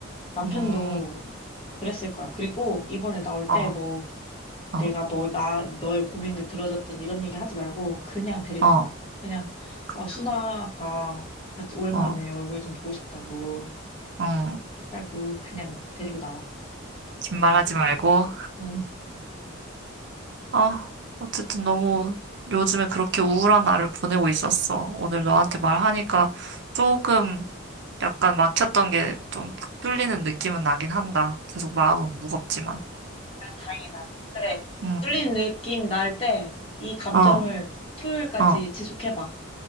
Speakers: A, on the left; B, on the right.
A: 남편도
B: 음,
A: 그랬을 거야. 그리고 이번에 나올
B: 어,
A: 때 뭐,
B: 어,
A: 내가 뭐, 나, 너의 고민을 들어줬더니 이런 얘기 하지 말고, 그냥 데리고
B: 어,
A: 나와. 그냥,
B: 그냥,
A: 아, 순아가 같이 오랜만에
B: 어,
A: 얼굴 좀 보고 싶다고
B: 응.
A: 했다고, 그냥 데리고 나와.
B: 긴 말하지 말고.
A: 응.
B: 아, 어쨌든 너무 요즘에 그렇게 우울한 날을 보내고 있었어. 오늘 너한테 말하니까 조금 약간 막혔던 게 좀 탁 뚫리는 느낌은 나긴 한다. 계속 마음은 무겁지만.
A: 난 다행이다. 그래.
B: 응,
A: 뚫린 느낌 날 때, 이 감정을
B: 어,
A: 토요일까지
B: 어. <laughs>
A: 지속해봐.